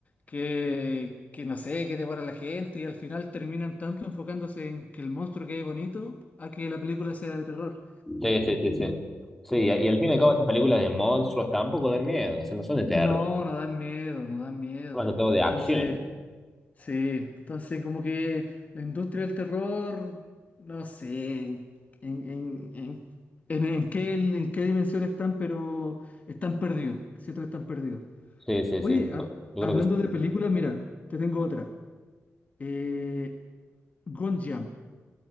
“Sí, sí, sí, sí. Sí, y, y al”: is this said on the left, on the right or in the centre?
Centre